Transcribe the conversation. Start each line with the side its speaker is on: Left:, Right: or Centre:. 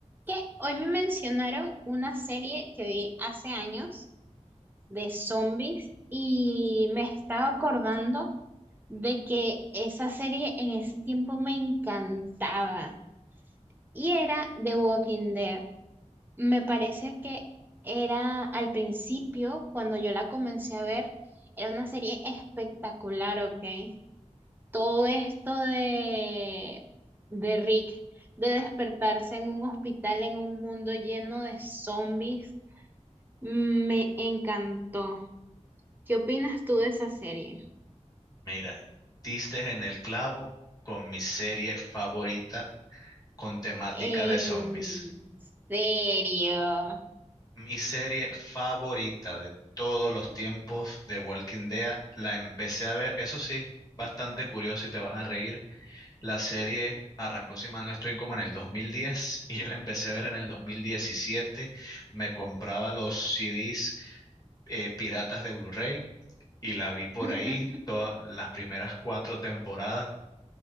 Right: que hoy me mencionaron una serie que vi hace años de zombies y me estaba acordando de que esa serie en ese tiempo me encantaba y era The Walking Dead. Me parece que era al principio, cuando yo la comencé a ver, era una serie espectacular, ¿ok? Todo esto de, de Rick de despertarse en un hospital, en un mundo lleno de zombies, Me encantó. ¿Qué opinas tú de esa serie?
Left: Mira, diste en el clavo con mi serie favorita con temática
Right: En
Left: de zombies.
Right: serio.
Left: Mi serie favorita de todos los tiempos de Walking Dead la empecé a ver, eso sí, bastante curioso y te vas a reír. La serie arrancó, si mal no estoy, como en el 2010 <laughs> y yo la empecé a ver en el 2017. Me compraba los CDs eh, piratas de Blu-ray y la vi por
Right: <laughs>
Left: ahí todas las primeras cuatro temporadas